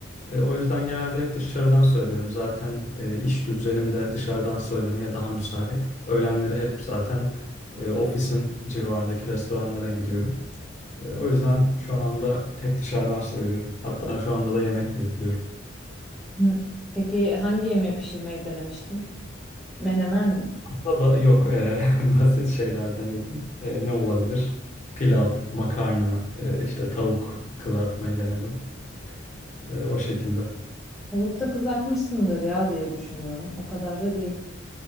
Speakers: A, on the left; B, in the centre.
A: E, O yüzden genelde hep dışarıdan söylüyorum. Zaten e, iş düzenim de dışarıdan söylemeye daha müsait. Öğlenleri hep zaten e, ofisin civarındaki restoranlara gidiyorum. E, O yüzden şu anda hep dışarıdan söylüyorum. Hatta şu anda da yemek bekliyorum.
B: Hı. Peki hangi yemeği pişirmeyi denemiştin? Menemen mi?
A: Baba yok eee, <laughs> basit şeyler denedim. Eee, ne olabilir? Pilav, makarna, eee, işte tavuk kızartmayı denedim. Eee, o şekilde.
B: Tavukta kızartmışsındır ya diye düşünüyorum. O kadar da değil.